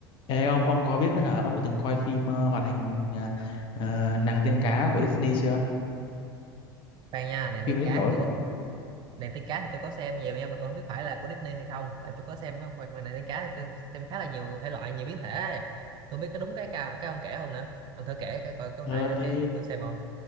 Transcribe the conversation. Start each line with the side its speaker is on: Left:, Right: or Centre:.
Left: Ê ông ông có biết hả ông có từng coi phim ờ, hoạt hình ờ, ờ, nàng tiên cá của Disney chưa
Right: khoan nha nàng tiên
Left: phim đấy
Right: cá
Left: nổi
Right: thì
Left: lắm
Right: tôi
Left: luôn
Right: có nàng tiên cá thì tôi có xem nhiều nha mà tôi không biết phải là của Disney hay không tại tôi có xem á, hoặc là nàng tiên cá thì tôi xem khá là nhiều thể loại nhiều biến thể ấy. tôi không biết có đúng cái cao cái ông kể không nữa ông thử kể cái coi có
Left: ờ
Right: phải là
Left: thì
Right: cái tôi xem không